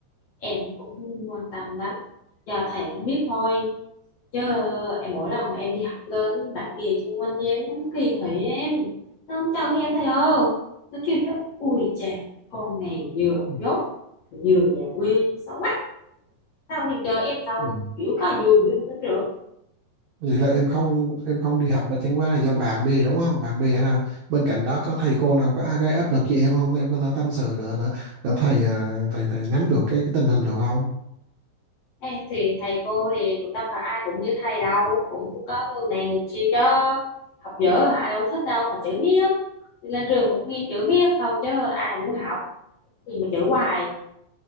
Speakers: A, on the left (about 55°); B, on the right (about 85°).
A: em cũng quan tâm lắm do thầy không biết thôi chứ em mỗi lần mà em đi học lên bạn bè xung quanh em nó, nó kỳ thị em nó không cho em thầy ơi nó kêu chứ ui chà con này vừa
B: ừ.
A: dốt vừa nhà quê xấu quá sao không em chơi em đâu
B: Ừ.
A: biểu có là vui biểu không thích được
B: Vậy là em không em không đi học là chẳng qua là do bạn bè đúng không? Bạn bè hay là bên cạnh đó có thầy cô nào có gây áp lực cho em không? Em có thể tâm sự để để, để thầy à, thầy thầy nắm được cái, cái tình hình được không?
A: Ê, thì thầy cô thì cũng đâu phải ai cũng như thầy đâu cũng có người này người kia chứ học dở hả đâu thích đâu mà chữ biết đi lên trường mà cũng nghe chữ biết thôi chứ ai mà muốn học thì mà chữ hoài